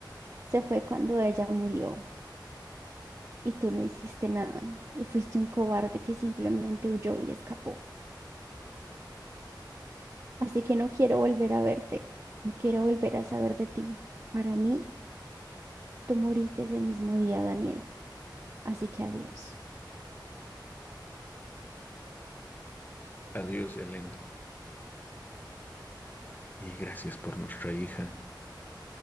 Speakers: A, on the right; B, on the left.
A: se fue cuando ella murió y tú no hiciste nada y fuiste un cobarde que simplemente huyó y escapó. Así que no quiero volver a verte. No quiero volver a saber de ti. Para mí, tú moriste ese mismo día, Daniel. Así que adiós.
B: Adiós, Elena, y gracias por nuestra hija,